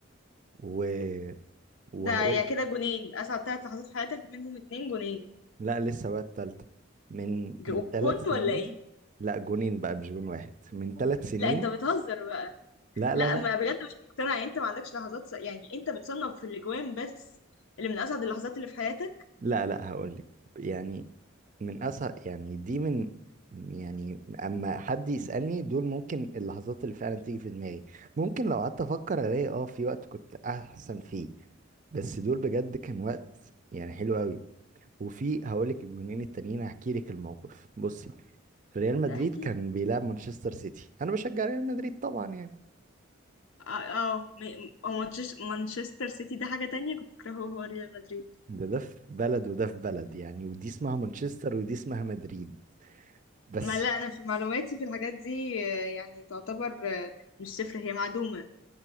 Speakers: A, on the right (about 40°); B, on the left (about 75°).
A: و... وهقول
B: ده يا كده جونين اسعد ثلاث لحظات في حياتك منهم اتنين جونين
A: لا لسه بقى التالتة من
B: ج-
A: من ثلاث
B: جون
A: سنين
B: ولا ايه
A: لا جونين بقى مش جون واحد من ثلاث سنين
B: لا انت بتهزر بقى
A: لا
B: لا
A: لا لا
B: ما بجد مش مقتنعه يعني انت ما عندكش لحظات س... يعني انت بتصنف في الاجوان بس اللي من اسعد اللحظات اللي في حياتك
A: لا لا هقول لك يعني من أسهل يعني دي من يعني اما حد يسألني دول ممكن اللحظات اللي فعلا تيجي في دماغي ممكن لو قعدت افكر الاقي اه في وقت كنت احسن فيه بس دول بجد كان وقت يعني حلو قوي وفي هقولك الجونين التانيين هحكي لك الموقف بصي ريال مدريد
B: لا احكي
A: كان بيلعب مانشستر سيتي انا بشجع ريال مدريد طبعا يعني
B: اه اه م- أو مانشس- مانشستر سيتي ده حاجه تانية كنت فاكره هو هو ريال مدريد
A: ده ده في بلد وده في بلد يعني ودي اسمها مانشستر ودي اسمها مدريد بس
B: ما لا انا في معلوماتي في الحاجات دي آه، يعني تعتبر آه، مش صفر هي معدومه